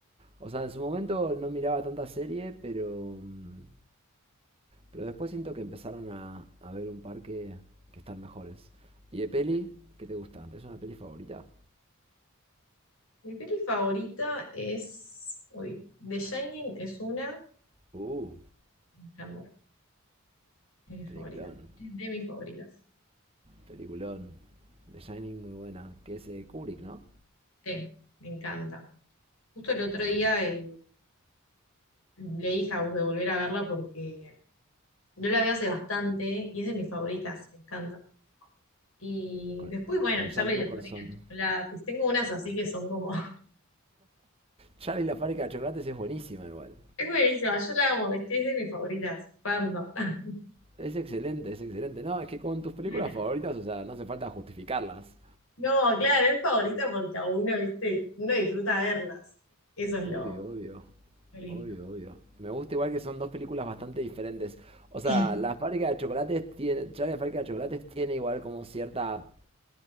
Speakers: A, on the right; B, on the left.
A: o sea, en su momento no miraba tanta serie, pero mm, Pero después siento que empezaron a, a ver un par que, que están mejores. ¿Y de peli? ¿Qué te gusta? ¿Es una peli favorita?
B: Mi peli favorita es. Uy, The Shining es una.
A: Uh,
B: Resplandor, es mi favorita.
A: peliculón,
B: Es de mis favoritas.
A: peliculón. The Shining muy buena, que es eh, Kubrick, ¿no?
B: Sí, me encanta. Justo el otro día
A: Con,
B: eh, leí House de volver a verla porque no la vi hace bastante y es de mis favoritas, me encanta. Y
A: con-
B: después, bueno,
A: con
B: Charlie
A: Jack Nicholson.
B: y la fábrica de chocolates. Tengo unas así que son como. <laughs>
A: Charlie y la fábrica de chocolates es buenísima igual.
B: Es buenísima, yo la amo, ¿viste? Es de mis favoritas. Pando. <laughs>
A: Es excelente, es excelente. No, es que con tus películas
B: Buena.
A: favoritas, o sea, no hace falta justificarlas.
B: No, claro, es favorita porque a uno, ¿viste? Uno disfruta verlas. Eso es lo.
A: Obvio, obvio.
B: Lo lindo.
A: Obvio, obvio. Me gusta igual que son dos películas bastante diferentes. O sea,
B: Sí,
A: la fábrica de chocolates tiene, Charlie la fábrica de chocolates tiene igual como cierta,